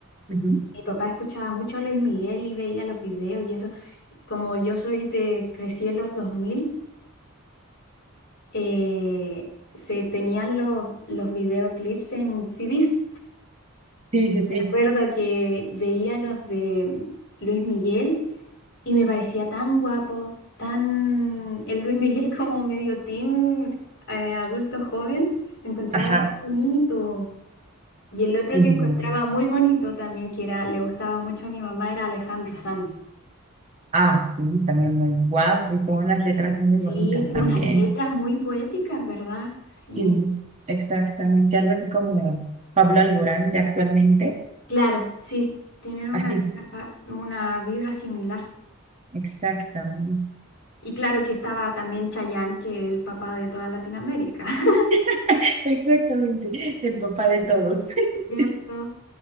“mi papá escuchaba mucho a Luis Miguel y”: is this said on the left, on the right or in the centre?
Left